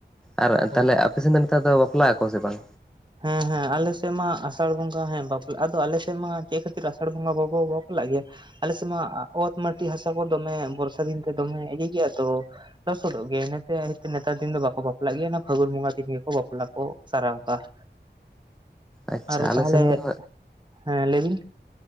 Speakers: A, in the centre; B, on the right.
A: ᱟᱨ ᱛᱟᱦᱚᱞᱮ
B: ᱚ
A: ᱟᱯᱮᱥᱮᱱ ᱫᱚ ᱱᱮᱛᱟᱨ ᱫᱚ ᱵᱟᱯᱞᱟᱜ ᱟᱠᱚ ᱥᱮ ᱵᱟᱝ?
B: ᱦᱮᱸ ᱦᱮᱸ ᱟᱞᱮᱥᱮᱫ ᱢᱟ ᱟᱥᱟᱲ ᱵᱚᱸᱜᱟ ᱦᱮᱸ ᱵᱟᱯᱞᱟ ᱟᱫᱚ ᱟᱞᱮᱥᱮᱫ ᱢᱟ ᱪᱮᱫ ᱠᱷᱟᱹᱛᱤᱨ ᱟᱥᱟᱲ ᱵᱚᱸᱜᱟ ᱵᱟᱝᱠᱚ ᱵᱟᱯᱞᱟᱜ ᱜᱮᱭᱟ ᱟᱞᱮᱥᱮᱱ ᱢᱟ ᱚᱛ ᱢᱟᱴᱤ ᱦᱟᱥᱟ ᱠᱚ ᱫᱚᱢᱮ ᱵᱚᱨᱥᱟ ᱫᱤᱱ ᱛᱮ ᱫᱚᱢᱮ ᱤᱭᱟᱹ ᱜᱮᱭᱟ ᱛᱚ ᱞᱚᱥᱚᱫᱚᱜ ᱜᱮᱭᱟ ᱤᱱᱟᱹᱛᱮ ᱱᱮᱛᱟᱨ ᱫᱤᱱ ᱫᱚ ᱵᱟᱠᱚ ᱵᱟᱯᱞᱟᱜ ᱜᱮᱭᱟ ᱚᱱᱟ ᱯᱷᱟᱹᱜᱩᱱ ᱵᱚᱸᱜᱟ ᱫᱤᱱ ᱜᱮᱠᱚ ᱵᱟᱯᱞᱟ ᱠᱚ ᱥᱟᱨᱟᱣ ᱠᱟᱜᱼᱟ᱾
A: ᱟᱪᱪᱷᱟ
B: ᱟᱨ
A: ᱟᱞᱮ
B: ᱛᱟᱦᱞᱮ
A: ᱥᱮᱱ ᱫᱚ
B: ᱦᱮᱸ ᱞᱟᱹᱭ ᱵᱤᱱ᱾